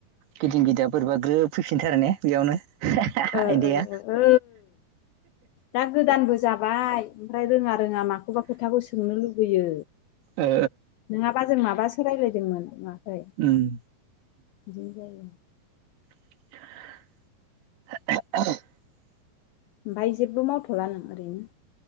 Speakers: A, on the right; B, on the left.
A: गिदिं गिदा बोरैबा ग्रोब फैफिनथारो ने बेयावनो।
B: ओ
A: आयदाया
B: ओ ओ दा गोदानबो जाबाय। ओमफ्राय रोङा रोङा माखौबा खोथाखौ सोंनो लुुबैयो।
A: ओ
B: नङाबा जों माबासो रायज्लायदोंमोन मा? फ्राय
A: उम
B: बिदिनो जायो।
A: <inaudible>
B: ओमफ्राय जेबो मावथ'ला नों ओरैनो?